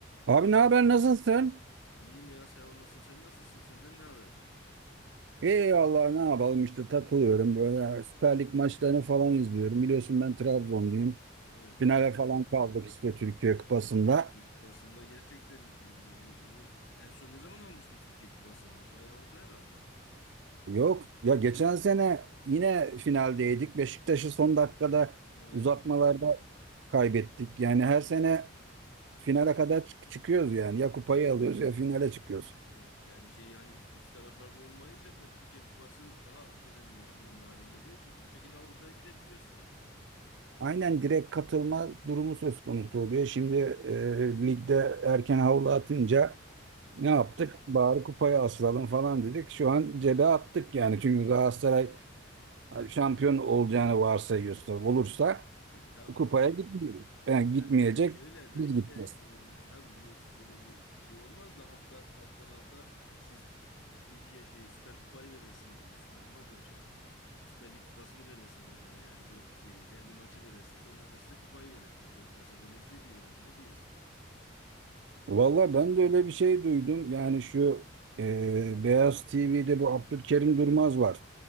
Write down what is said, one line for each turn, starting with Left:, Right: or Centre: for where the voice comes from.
Right: Abi ne haber nasılsın?
Left: İyiyim ya sağ olasın. Sen nasılsın? Senden ne haber?
Right: İyi Allah ne yapalım işte takılıyorum böyle Süper Lig maçlarını falan izliyorum. Biliyorsun ben Trabzonluyum.
Left: Evet,
Right: Finale
Left: evet.
Right: falan kaldık işte Türkiye Kupası'nda.
Left: Türkiye Kupası'nda gerçekten e, uzun en son ne zaman almıştın Türkiye Kupası'nı? Bayağı oldu herhalde.
Right: Yok ya geçen sene yine finaldeydik. Beşiktaş'ı son dakikada
Left: Evet.
Right: uzatmalarda kaybettik. Yani her sene finale kadar çık- çıkıyoruz yani. Ya kupayı alıyoruz ya finale çıkıyoruz.
Left: Evet. Yani şey hani üst taraflarda olmayınca tabii Türkiye Kupası daha önemli, anlamlı hale geliyor. Çünkü bu şekilde Avrupa'ya gidebiliyorsun yani.
Right: Aynen direkt katılma durumu söz konusu oluyor. Şimdi e, ligde erken havlu atınca
Left: Evet.
Right: Ne yaptık? Bari kupaya asılalım falan dedik. Şu an cebe attık yani. Çünkü Galatasaray şampiyon olacağını varsayıyorsa, olursa
Left: E tabii.
Right: kupaya gitmiyor. Yani
Left: Yani
Right: gitmeyecek,
Left: şöyle belki
Right: biz gideceğiz.
Left: de e, tabii bu böyle bir şey olmaz da altta alttan alta siz Türkiye şey Süper Kupayı verirsiniz. Ya Süper Kupa demişim. Süper Lig kupasını verirsiniz onlara. Yani bu şey derbi maçı verirsiniz. Onlar da size kupayı verir. Türkiye Kupası böyle bir şey diyorlar. Ne diyorsun?
Right: Valla ben de öyle bir şey duydum. Yani şu e, Beyaz TV'de bu Abdülkerim Durmaz var.